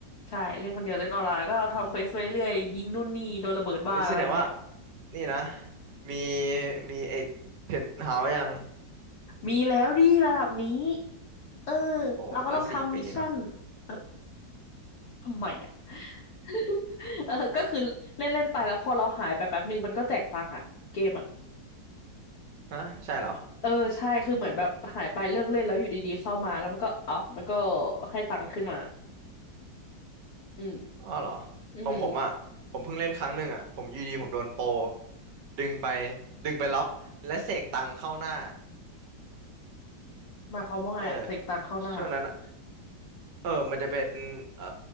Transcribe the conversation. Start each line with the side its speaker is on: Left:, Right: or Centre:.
Left: ใช่เล่นคนเดียวเล่นออนไลน์แล้วก็ทำเควสไปเรื่อยๆยิงนู่นนี่โดนระเบิดบ้างอะไรเงี้ย
Right: อืมเฮ้ยแสดงว่านี่นะมีมีไอ้เพนท์เฮาส์ยัง
Left: มีแล้วดิระดับนี้เออ
Right: โอ้ตั้งสี่ปีเนาะ
Left: เราก็ต้องทำมิชชั่นเออ ทำไมอ่ะ <laughs> เออก็คือเล่นเล่นไปแล้วพอเราหายไปแป๊บหนึ่งมันก็แจกตังค์อ่ะเกมอ่ะ
Right: <laughs> ฮะใช่เหรอ
Left: เออใช่คือเหมือนแบบหายไปเลิกเล่นแล้วอยู่ดีๆเข้ามาแล้วมันก็อ๋อมันก็ให้ตังค์ขึ้นมาอืม
Right: อ้อเหรอ
Left: อืม
Right: ของผมอ่ะผมเพิ่งเล่นครั้งหนึ่งอ่ะผมอยูดีผมโดนโปรดึงไปดึงไปล็อกและเสกตังเข้าหน้า
Left: หมายความว่าไงอ่ะเสกตังค์เข้าหน้า
Right: เออช่วงนั้นอะเออมันจะเป็นเอ่อ